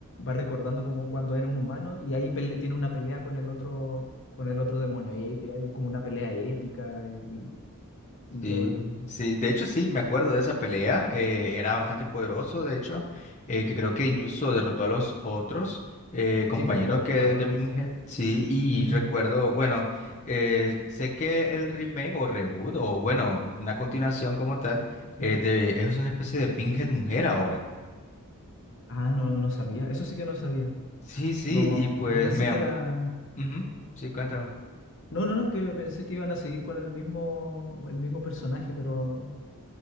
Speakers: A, on the left; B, on the left.
A: va recordando como cuando era un humano, y ahí pele- tiene una pelea con el otro, con el otro demonio, y hay, y hay como una pelea épica y, y-
B: Sí,
A: y todo el...
B: sí, de hecho sí, me acuerdo de esa pelea, eh, era bastante poderoso, de hecho, eh, que creo que incluso derrotó a los otros eh, compañeros
A: Sí, pues derro-
B: que
A: mató
B: de
A: a los...
B: Pinhead, sí, y
A: Ujú,
B: recuerdo, bueno, eh, sé que el remake o reboot o bueno, una continuación como tal,
A: sí.
B: eh, de, es una especie de Pinhead mujer ahora.
A: Ah, no, no sabía, eso sí que no sabía.
B: Sí, sí,
A: No,
B: y pues
A: yo pensé
B: me...
A: que
B: am-
A: era.
B: Ujú, sí, cuéntame.
A: No, no, no, que pensé que iban a seguir con el mismo, el mismo personaje, pero,